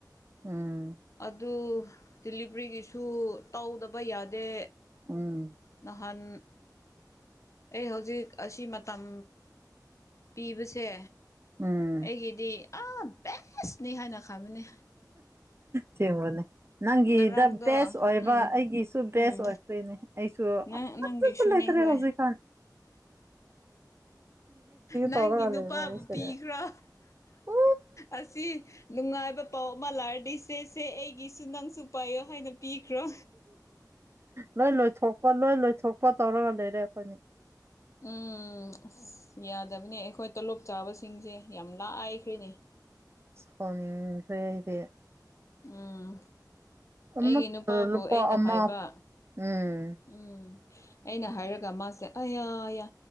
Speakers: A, on the right; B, on the left.
A: ꯎꯝ
B: ꯑꯗꯨ ꯗꯤꯂꯤꯕ꯭ꯔꯤꯒꯤꯁꯨ ꯇꯧꯗꯕ ꯌꯥꯗꯦ
A: ꯎꯝ
B: ꯅꯍꯥꯟ ꯑꯩ ꯍꯧꯖꯤꯛ ꯑꯁꯤ ꯃꯇꯝ ꯄꯤꯕꯁꯦ
A: ꯎꯝ
B: ꯑꯩꯒꯤ ꯗꯤ ꯑ ꯕꯁꯅꯤ ꯍꯥꯟ ꯈꯕꯨꯅꯦ
A: ꯊꯦꯡꯕꯅꯦ ꯅꯪꯒꯤꯗ
B: ꯉꯔꯥꯡꯗꯣ
A: ꯕꯦꯁ ꯑꯣꯏꯕ
B: ꯎꯝ
A: ꯑꯩꯒꯤꯁꯨ ꯕꯦꯁ
B: ꯎꯝ
A: ꯑꯣꯏ ꯅꯦ ꯑꯩꯁꯨꯁꯨ
B: ꯅꯪ ꯅꯪꯒꯤꯁꯨꯅꯦ
A: ꯂꯩꯇꯔꯦ
B: ꯍꯣꯏ
A: ꯍꯧꯖꯤ ꯈꯥꯟ
B: ꯅꯪꯒꯤ
A: ꯇꯧꯔꯒ
B: ꯅꯨꯄꯥꯕꯨ
A: ꯂꯩꯕ ꯑꯩꯁꯦ
B: ꯄꯤꯈ꯭ꯔꯣ
A: ꯎ
B: ꯑꯁꯤ ꯅꯨꯡꯉꯥꯏꯕ ꯄꯥꯎ ꯑꯃ ꯂꯥꯛꯔꯗꯤ ꯁꯦ ꯁꯦ ꯑꯩꯒꯤꯁꯨ ꯅꯪꯁꯨ ꯄꯥꯏꯌꯣ ꯍꯥꯏꯅ ꯄꯤꯈ꯭ꯔꯣ
A: ꯂꯣꯏ ꯂꯣꯏꯊꯣꯛꯄ ꯂꯣꯏ ꯂꯣꯏꯊꯣꯛꯄ ꯇꯧꯔꯒ ꯂꯩꯔꯦ ꯑꯩꯈꯣꯏꯅꯤ
B: ꯎꯝ ꯑꯁ ꯌꯥꯗꯕꯅꯦ ꯑꯩꯈꯣꯏ ꯇꯣꯂꯣꯞ ꯆꯥꯕꯁꯤꯡꯁꯦ ꯌꯥꯝ ꯂꯥꯏꯈ꯭ꯔꯤꯅꯦ
A: ꯁꯈꯥꯎꯅꯤꯡꯈ꯭ꯔꯦ ꯍꯥꯏꯗꯤ
B: ꯎꯝ
A: ꯑꯃꯠꯇ
B: ꯑꯩꯒꯤ ꯅꯨꯄꯥꯕꯨ
A: ꯂꯨꯄꯥ
B: ꯑꯩꯅ
A: ꯑꯃ
B: ꯍꯥꯏꯕ
A: ꯎꯝ
B: ꯎꯝ ꯑꯩꯅ ꯍꯥꯏꯔꯒ ꯃꯥꯁꯦ ꯑꯌꯥ ꯑ